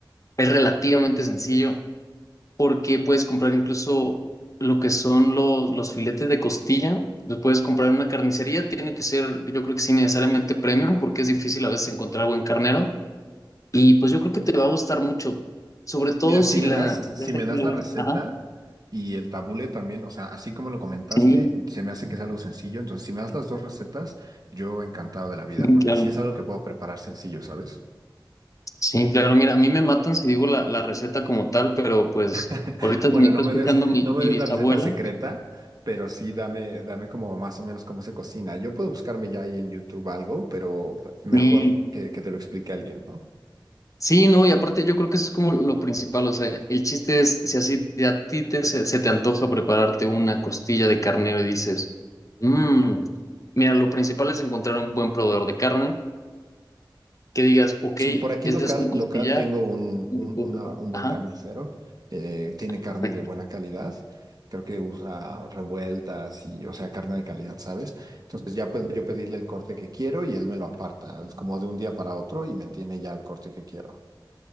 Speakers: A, on the left; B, on the right.
A: Es relativamente sencillo porque puedes comprar incluso lo que son los, los filetes de costilla. Los puedes comprar en una carnicería. Tiene que ser, yo creo que sí, necesariamente premium porque es difícil a veces encontrar buen carnero. Y pues yo creo que te va a gustar mucho, sobre todo
B: Mira, si
A: si
B: me
A: la...
B: das, si
A: Ya sé
B: me
A: que
B: das
A: lo
B: la
A: ves.
B: receta
A: Ajá,
B: y el tabule también, o sea, así como lo comentaste,
A: sí,
B: se me hace que es algo sencillo. Entonces, si me das las dos recetas, yo encantado de la vida,
A: sí,
B: porque
A: claro.
B: sí es algo que puedo preparar sencillo, ¿sabes?
A: Sí, claro, mira, a mí me matan si digo la, la receta como tal, pero pues
B: <laughs>
A: ahorita
B: Bueno,
A: si me está
B: no
A: escuchando
B: me des,
A: mi,
B: no
A: mi
B: me des
A: bisabuela.
B: la receta secreta, pero sí dame, dame como más o menos cómo se cocina. Yo puedo buscarme ya ahí en YouTube algo, pero mejor
A: Sí.
B: que, que te lo explique alguien, ¿no?
A: Sí, no, y aparte yo creo que eso es como lo principal, o sea, el chiste es si así te- a ti te, se, se te antoja prepararte una costilla de carnero y dices, mmm, mira, lo principal es encontrar un buen proveedor de carne, que digas, ok,
B: Sí, por aquí
A: ese
B: local,
A: es un costillar,
B: local tengo un,
A: me
B: un,
A: lo puedo
B: una-
A: preparar.
B: un buen
A: Ajá,
B: carnicero. eh, tiene carne
A: perfecto.
B: de buena calidad. Creo que usa revueltas y, o sea, carne de calidad, ¿sabes? Entonces ya puedo yo pedirle el corte que quiero y él me lo aparta. Es como de un día para otro y me tiene ya el corte que quiero.